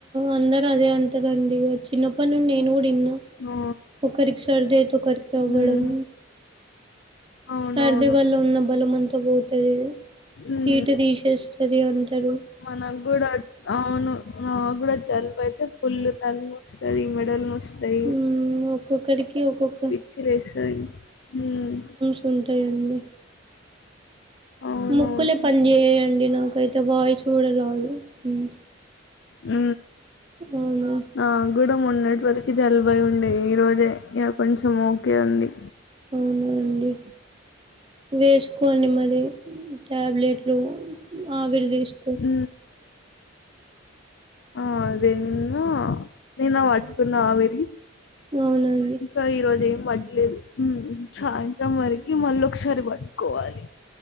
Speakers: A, on the right; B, on the left.
A: అందరూ అదే అంటరండి చిన్నప్పటి నుండి నేను కూడా ఇన్నా
B: ఆ,
A: ఒక్కరికి సరదా ఐతే ఒకరికి అవ్వడం
B: ఉమ్, అవునవును
A: సర్ది వల్ల ఉన్న బలం అంతా పోతది
B: ఉమ్,
A: హీటు తీసేస్తది అంటారు
B: మనకు గూడా అవును నాకు కూడా జలుబు అయితే పుల్లు తల నొస్తది మెడలు నొస్ తై
A: మ్మ్ ఒక్కొక్కరికి ఒక్కొక్క
B: పిచ్చి లేస్తది ఉమ్
A: తుంటాయండి
B: అవునవును
A: ముక్కులే పని చెయ్యండి నాకై తువాయి చూడలాయి ఉమ్
B: ఊ
A: అవునా
B: నా కూడా మొన్నటి వరకు జలుబై ఉండే ఈ రోజే ఇగ కొంచెం ఓకే ఉంది
A: అవునా అండి వేసుకోండి మరి టాబ్లెట్లు ఆవిరి తీస్
B: ఊ ఆ అదే నిన్ను నిన్న పట్టుకున్నా ఆవిరి
A: అవునా అండి
B: క ఈరోజు ఏం పట్టలేదు ఉమ్ సాయంత్రం వరకి మళ్ళీ ఒకసారి పట్టుకోవాలి